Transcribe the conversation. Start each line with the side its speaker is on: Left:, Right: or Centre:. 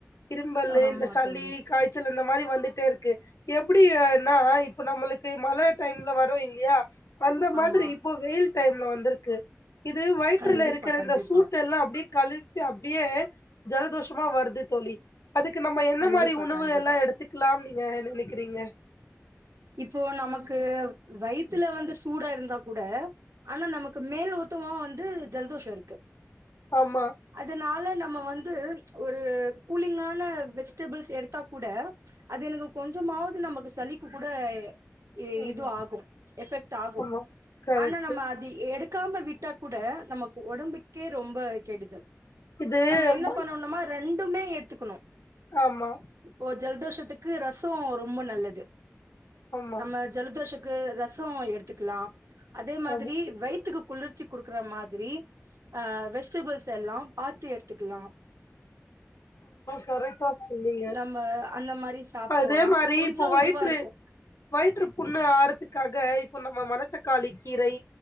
Left: இரும்பலு
Right: ஆமா
Left: இந்த சளி
Right: தோழி
Left: காய்ச்சல் இந்த மாரி வந்துட்டேருக்கு எப்டி யனா இப்ப நம்மளுக்கு மழ டைம்ல வர ரோ இல்யா அந்த மாதிரி
Right: ஆமா
Left: இப்போ வெயில் டைம்ல வந் துருக்கு இது வயிற்றுல
Right: கண்டிப்பா
Left: இருக்குற
Right: கண்டிப்பா
Left: இந்த சூட்டெல்லா அப்டியே கழு வி அப்டியே ஜல தோஷமா வர்து தோளி அதுகு நம்ம எந்த
Right: கண்டிப்பா
Left: மாரி உணவுயில்லாம்
Right: கண்டிப்பா
Left: எடுத்துக்கலாம்னு நீங்க நினக்கிறீங்க
Right: இப்போ நமக்கு வயித்துல வந்து சூடா இருந்தா கூட ஆனா நமக்கு மேல் யுத்தமா வந்து ஜலதோஷம் இருக்கு
Left: ஆமா
Right: அதனால நம்ம வந்து ப் ச் ஒரு கூலிங்கா னல வெஜிடபுள்ஸ் எடுத்தா கூட அது எனகு கொஞ்சமாவது நமக்கு சளிக்கு கூட இ
Left: ஆமா
Right: இது ஆகும் எஃபெக்ட் ஆகும்
Left: ஆமா கரெக்ட்டு
Right: ஆனா நம்ம அது எடு டுக்காம விட்டா கூட நமகு ஒடம்புக்கே ரொம்ப கெடுதல்
Left: இது
Right: நம்ம என்ன
Left: மட்
Right: பண்ணுனுமோ ரெண் ட்டுமே எடுத்துக்குணும்
Left: ஆமா
Right: இப்போ ஜல்தோஷத்துக் க்கு ரசம் ரொம்ப நல்லது
Left: ஆமா
Right: நம்ம ஜலதோஷ க்கு ரசம் எடுத்துக்கலாம் அதே மாதிரி
Left: ஆமா
Right: வயித்துக்கு குளிர்ச்சி குடுக்குற மாதிரி ஆ வெஜ்டேபுள்ஸ் எல்லாம் பாத்து எடுத்துக்கலாம்
Left: கரெக்டா சொன்னீங்க
Right: நம்ம அந்த மாரி சாப்ட்டோனா
Left: அதே மாரி
Right: கொஞ்சோ
Left: இப்ப வயிற்று
Right: இதுவா இருக்கு
Left: வயிற்று புண்ணு ஆறதுக்காக இப்ப நம்ம மன மனத் தக்காளி கீரை